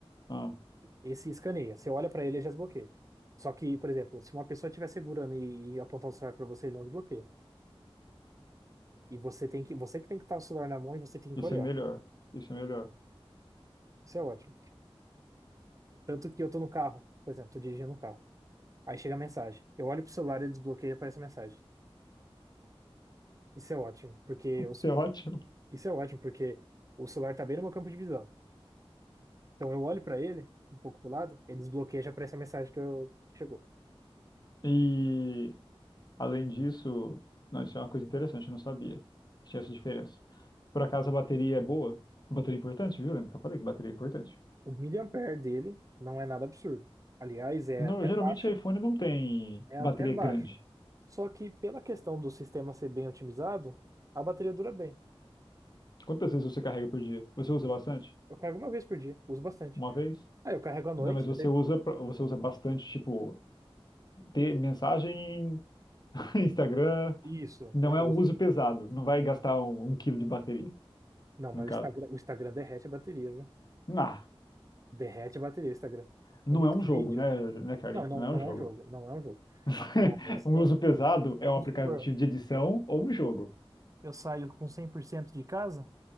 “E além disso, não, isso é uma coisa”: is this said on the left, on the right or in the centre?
Left